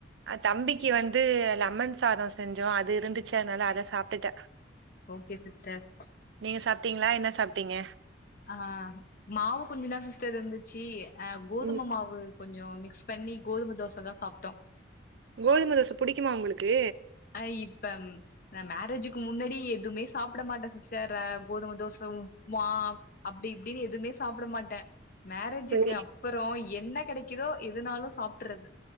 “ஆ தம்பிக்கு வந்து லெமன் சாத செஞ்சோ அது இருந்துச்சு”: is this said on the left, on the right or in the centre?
Right